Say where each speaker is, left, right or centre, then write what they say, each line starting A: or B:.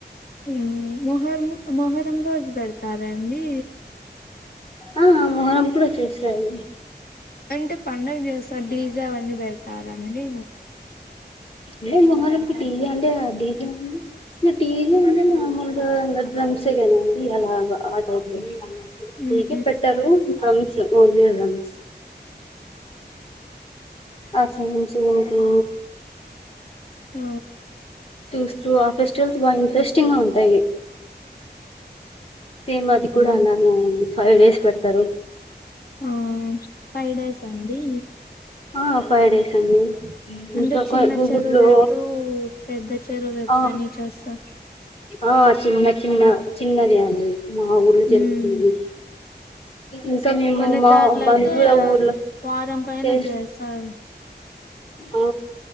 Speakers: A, on the left; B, on the left.
A: హ్మ్ మొహరము మొహరం రోజు పెడతారండి
B: ఆ మొహరం కూడా చేస్తారు
A: అంటే పండగ చేస్తారు డీజా అవన్నీ పెడతారనేది
B: లే మొహరంకి డీ జే అంటే డీ జే నీ డీజే అంటే నార్మల్గా డ్రమ్స్ ఏ కదండీ అలాగా ఆ టైపులో
A: హ్మ్
B: డీజే పెట్టరు డ్రమ్స్ ఓన్లీ డ్రమ్స్ ఆ సౌండ్స్ ఓహో
A: ఆ
B: చూస్ చూ ఆ ఫెస్టివల్స్ బా ఇంట్రెస్టింగ్ గా ఉంటాయి సేమ్ అది
A: హలో
B: కూడా అలానే అయింది ఫై డేస్ పెడతారు
A: ఆ ఫై డేస్ అండి
B: ఆ ఫైవ్ డేస్ అండి ఇంకోక
A: అంటే చిన్న
B: గూగులో
A: చెరువెత్తు పెద్ద చెరువెత్తు
B: ఆ
A: అని చేస్తారు
B: ఆ చిన్న చిన్న చిన్నది అండి మా ఊర్లో
A: హ్మ్
B: జరుగుతుంది ఇంకా మేము
A: కొన్ని
B: మా
A: చోట్ల
B: బంధువుల
A: అయితే
B: ఊర్ల
A: వారం పైన
B: చేస్
A: చేస్తారు
B: ఆ